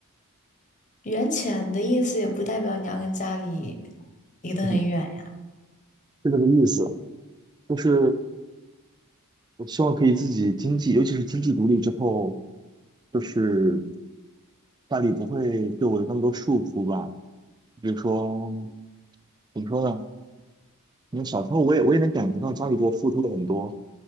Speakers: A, on the left (about 35°); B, on the right (about 20°).
A: 远浅的意思也不代表你要跟家里离得很远呀，
B: 嗯是这个意思。就是我希望可以自己经济，尤其是经济独立之后，就是家里不会对我有那么多束缚吧。比如说，怎么说呢？因为小时候我也我也能感觉到家里给我付出了很多，